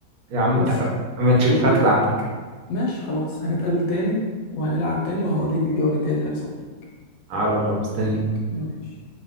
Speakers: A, on the right; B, on the left.
A: يا عم اتفقنا
B: خلاص
A: اما نشوف
B: وايه
A: هات اللي عندك
B: ماشي خلاص هنتقابل تاني وهنلعب تاني وهوريك الجوله الجايه اللي هيحصل فيك
A: على الله مستني
B: ماشي